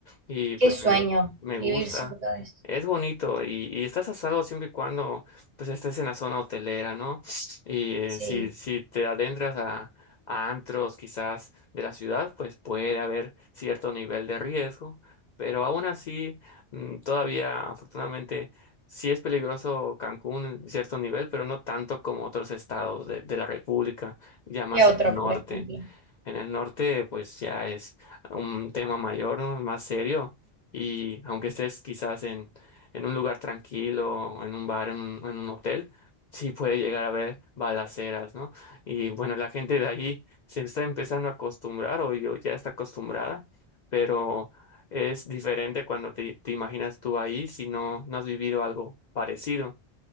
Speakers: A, on the left; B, on the right.
A: y pues
B: qué sueño
A: me, me
B: vivir
A: gusta.
B: cerca de eso.
A: Es bonito y, y estás a salvo siempre y cuando pues estés en la zona hotelera, ¿no? Y eh,
B: Sí.
A: si, si te adentras a, a antros quizás de la ciudad, pues puede haber cierto nivel de riesgo, pero aún así, mm, todavía afortunadamente Sí es peligroso Cancún en cierto nivel, pero no tanto como otros estados de, de la República, ya más
B: ¿Qué otro,
A: en el norte.
B: por ejemplo?
A: En el norte, pues ya es un tema mayor, ¿no? Más serio. Y aunque estés quizás en, en un lugar tranquilo, en un bar, en un, en un hotel, sí puede llegar a haber balaceras, ¿no? Y bueno, la gente de ahí se está empezando a acostumbrar, o yo ya está acostumbrada, pero es diferente cuando te, te imaginas tú ahí si no, no has vivido algo parecido.